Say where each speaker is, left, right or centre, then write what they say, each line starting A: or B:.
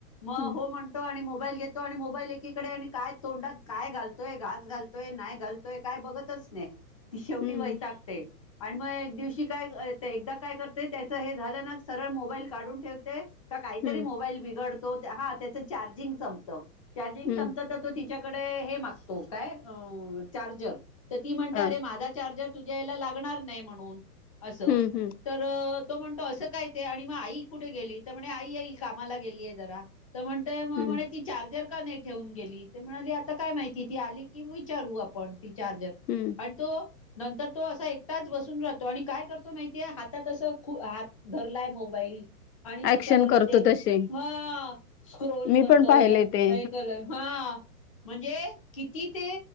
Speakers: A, on the left (about 25°); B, on the left (about 80°).
A: मग
B: हम्म
A: हो म्हणतो मोबाईल घेतो आणि मोबाईल एकीकडे आणि काय तोंडात काय घालतोय घास घालतोय नाही घालतोय काय बघतंच ती शेवटी
B: हम्म
A: वैतागते आणि मग एक दिवशी काय एकदा काय करते त्याचं हे झालं ना सरळ मोबाईल काढून ठेवते का काहीतरी
B: हम्म हम्म
A: मोबाईल बिघडतो हा त्याचं चार्जिंग संपत चार्जिंग
B: हम्म
A: संपत तर तो च्याकडे हे मागतो काय अं चार्जर तर ती म्हणते
B: हा
A: अरे माझा चार्जर तुझ्या याला लागणार नाही म्हणून अस
B: हम्म हम्म
A: तर तो म्हणतो असं काय ते आणि मग आई कुठे गेली तर म्हणे कामाला गेलीये जरा तं म्हणते मं
B: हम्म
A: म्हने चार्जर का नाही ठेवून गेली ते म्हणाली आता काय माहिती ती आली की विचारू आपण ती चार्जर
B: हम्म
A: आणि तो नंतर तो असा एकटाच बसून राहतो आणि काय करतो माहिती आहे हातात असं खू हात धरलाय मोबाईल आणि त्याच्यावरन
B: ऍक्शन करतो
A: ते
B: तसे
A: हा स्क्रोल
B: मी
A: करतोय
B: पण पाहिले ते
A: ऐकलंय हा आ म्हणजे किती ते